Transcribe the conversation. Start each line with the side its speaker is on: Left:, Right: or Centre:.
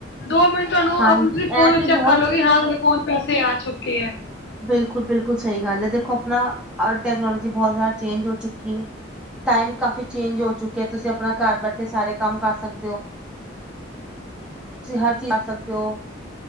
Left: ਦੋ ਮਿੰਟ ਤੁਹਾਨੂੰ
Centre: ਹਾਂਜੀ
Left: ਆਪਣੇ ਤੁਸੀਂ
Centre: ਇਹ
Left: ਫੋਨ
Centre: ਤੇ
Left: ਚੈੱਕ
Centre: ਬਹੁਤ
Left: ਕਰ ਲਓਗੇ, ਹਾਂ ਤੁਹਾਡੇ ਫੋਨ ਚ ਪੈਸੇ ਆ ਚੁੱਕੇ ਆ
Centre: ਬਿਲਕੁਲ ਬਿਲਕੁਲ ਸਹੀ ਗੱਲ ਹੈ, ਦੇਖੋ ਆਪਣਾ ਟੈਕਨੋਲੋਜੀ ਬਹੁਤ ਜ਼ਿਆਦਾ ਚੇਂਜ ਹੋ ਚੁੱਕੀ ਹੈ ਟਾਈਮ ਕਾਫੀ ਚੇਂਜ ਹੋ ਚੁੱਕਿਆ, ਤੁਸੀਂ ਆਪਣਾ ਘਰ ਬੈਠੇ ਸਾਰੇ ਕੰਮ ਕਰ ਸਕਦੇ ਹੋ ਤੁਸੀਂ ਹਰ ਚੀਜ਼, ਕਰ ਸਕਦੇ ਹੋ